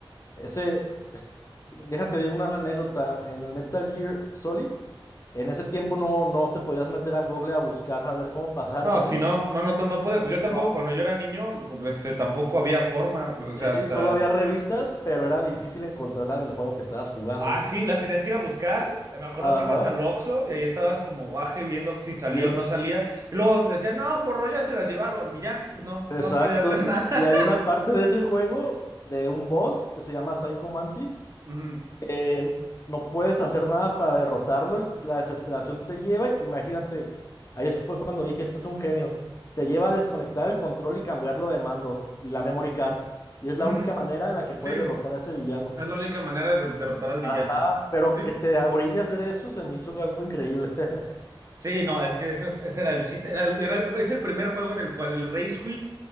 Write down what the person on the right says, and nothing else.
No,
si no, no, no, no podía. Pues yo tampoco,
cuando yo era niño, pues, este, tampoco había forma. Pues, o
sea, hasta.
Ah, sí, las tenías que ir a buscar. Eh, Me acuerdo
que ibas al Oxxo y ahí estabas como guaje viendo si salía
o no salía. Y luego te decían, no, morro, ya se las llevaron. Y ya, pues no,
no podías hacer
nada.
<laughs>
Ujú,
ujú.
Sí,
es la única manera de derrotar al
villano.
Sí,
Sí, no, es que eso es, ese era el chiste. Era, el- era el- es el primer juego en el cual el Rage Quit